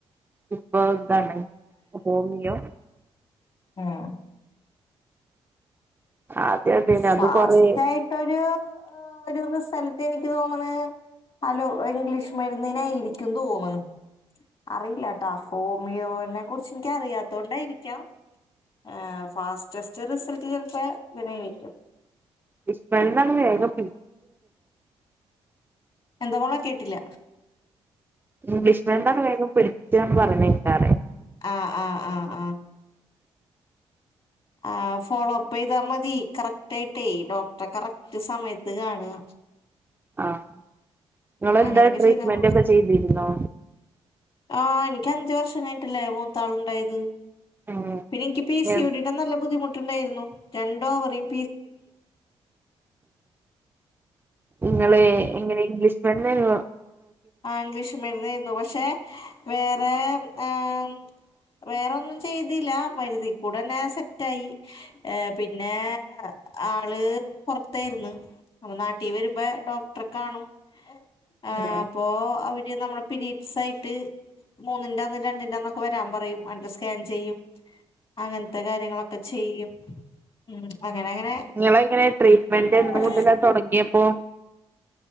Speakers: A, on the right (about 15°); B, on the left (about 45°).
A: ഇപ്പൊ എന്താണ് ഹോമിയോ
B: ഉം
A: ആദ്യം അതേനു
B: ഫാസ്റ്റ്
A: അന്ന് കൊറേ
B: ആയിട്ടൊരു ഒരു റിസൾട്ട് എനിക്ക് തോന്നണ് ഹലോ ഇംഗ്ലീഷ് മരുന്നിനെ ഇരിക്കും തോന്ന്ണ് അറിയില്ല ട്ടാ ഹോമിയോനെ കുറിച്ച് എനിക്ക അറിയാത്തോ കൊണ്ടായിരിക്കാം ഏഹ് ഫാസ്റ്റ് ടെസ്റ്റ് റിസൾട്ട് ചിലപ്പോ ഇതിനെ ആയിരിക്കും
A: സ്മെല്ല് അത് വേഗം
B: എന്താ മോളെ കേട്ടില്ല
A: ഇംഗ്ലീഷ് മരുന്നാണ് വേഗം പിഠിക്കാന്ന് പറയുന്നകേക്കാ
B: ആ ആ ആ ആ ആഹ് ഫോളോപ്പ് ചെയ്താ മതി കറക്റ്റ് ആയിട്ടേ ഡോക്ടറെ കറക്റ്റ് സമയത്ത് കാണുക
A: ആഹ് നിങ്ങളെന്താ
B: അങ്ങനെയൊക്കെ
A: ട്രീറ്റ്മെന്റ്
B: ചെയ്താ മതി
A: ഒക്കെ ചെയ്തിരുന്നോ
B: ആഹ് എനിക്ക് അഞ്ച് വർഷം കഴിഞ്ഞിട്ടല്ലേ മൂത്താളുണ്ടായത്
A: ഉം
B: പിന്നെ എനിക്ക് പി സി
A: ഞാൻ
B: ഒ ടി ടെനല്ല ബുദ്ധിമുട്ടുണ്ടായിരുന്നു രണ്ടോവറിയും
A: നിങ്ങള്
B: ഉം
A: എങ്ങനെ ഇംഗ്ലീഷ് വെണ്ണേലുവ
B: ആഹ് ഇംഗ്ലീഷ് മരുന്നെരുന്നു പക്ഷെ വേറെ ആഹ് വേറെൊന്നും ചെയ്തില്ല മരുതി കൂടെന്നെ സെറ്റായി ഏഹ് പിന്നെ ആള് പുറത്തായിരുന്നു. നമ്മ നാട്ടിവരുമ്പോ ഡോക്ടറെ കാണും.
A: <unintelligible>
B: ആഹ് അപ്പോ അവര് നമ്മടെ പിരീഡ്സ് ആയിട്ട് മൂന്നിന്റെന്ന് രണ്ടിന്റെന്നൊക്കെ വരാൻ പറയും. അണ്ഡം സ്കാൻ ചെയ്യും അങ്ങനത്തെ കാര്യങ്ങളൊക്കെ ചെയ്യും. ഉം അങ്ങനെ അങ്ങനെ
A: നിങ്ങളഎങ്ങനെ ട്രീറ്റ്മെന്റ് എന്ന്
B: പെട്ടെന്ന്
A: മുതല തുടങ്ങിയപ്പോ